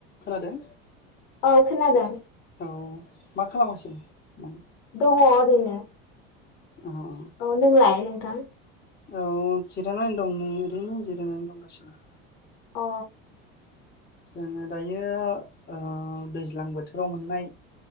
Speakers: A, on the left; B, on the left.
A: खोनादों?
B: औ खोनादों।
A: औ मा खालामगासिनो नों?
B: दङ ओरैनो।
A: आव
B: औ नोंलाय नोंथां?
A: औ जिरायनानै दं, नै ओरैनो जिरायनो दंगासिनो।
B: अ
A: जोङो दायो ओ दैज्लां बोथोराव मोननाय